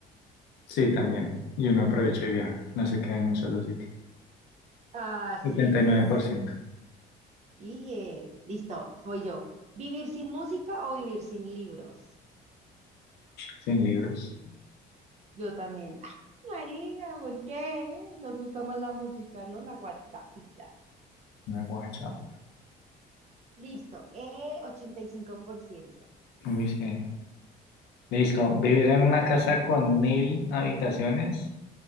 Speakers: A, on the left; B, on the right.
A: Sí, también. Y uno aprovecha y viaja. No se queda en un solo sitio.
B: Así
A: Setenta
B: es.
A: y nueve por ciento.
B: Dije, listo, voy yo. ¿Vivir sin música o vivir sin libros?
A: Sin libros.
B: Yo también. ¡Ah, María, ¿por qué? Nos gusta más la música, ¿no? La WhatsAppita.
A: Una guacha.
B: Listo. Eh, ochenta y cinco por ciento
A: Uy, sí. Listo. ¿Vivir en una casa con mil habitaciones